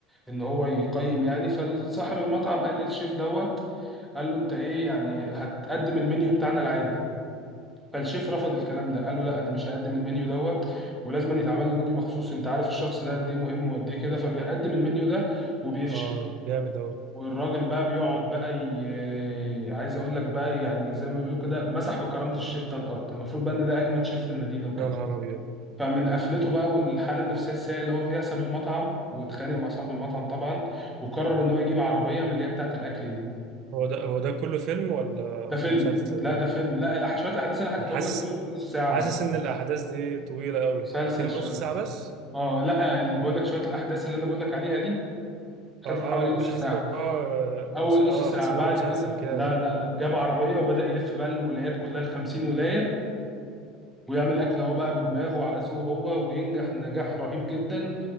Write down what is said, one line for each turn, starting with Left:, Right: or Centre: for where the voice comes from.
Centre: ان هو يقيم يعني فصاحب المطعم قال للشيف دوت قال له انت ايه يعني هتقدم المنيو بتاعنا العادي فالشيف رفض الكلام ده قال له لا انا مش هقدم المنيو دوت ولازم يتعمل له منيو مخصوص انت عارف الشخص ده قد ايه مهم وقد ايه كده فبيقدم المنيو ده وبيفشل
Right: آه جامد أوي
Centre: والراجل بقى بيقعد بقى ي... آه، عايز اقول لك بقى يعني زي ما بيقولوا كده مسح بكرامة الشيف ده الارض المفروض بقى ان ده اجمد شيف في المدينة وكده
Right: يا نهار ابيض
Centre: فمن قفلته بقى والحالة النفسية السيئة اللي هو فيها ساب المطعم واتخانق مع صاحب المطعم طبعا وقرر ان هو يجيب عربية من اللي هي بتاعة الاكل دي
Right: هو ده هو ده كله فيلم ولا ولا
Centre: ده فيلم
Right: مسلسل
Centre: لا
Right: ده
Centre: ده فيلم لا الأح- شوية الاحداث اللي انا حكيتهم
Right: انا حاسس
Centre: لك دول في نص ساعة
Right: حاسس
Centre: بالظبط
Right: ان الاحداث دي طويله قوي
Centre: مسلسل
Right: الفيلم
Centre: شوية
Right: نص ساعه بس
Centre: اه لا اللي بقول لك شويه الاحداث اللي انا بقول لك عليها دي خدت
Right: اه
Centre: حوالي نص
Right: اه بحس
Centre: ساعه
Right: ان هو مس...
Centre: اول
Right: اه
Centre: نص ساعه
Right: حاسس ان
Centre: بعد
Right: هو مسلسل
Centre: كده
Right: كده
Centre: لا لا لا جاب عربيه وبدا يلف بقى الولايات كلها ال 50 ولايه ويعمل اكل هو بقى بدماغه على ذوقه هو وينجح نجاح رهيب جدا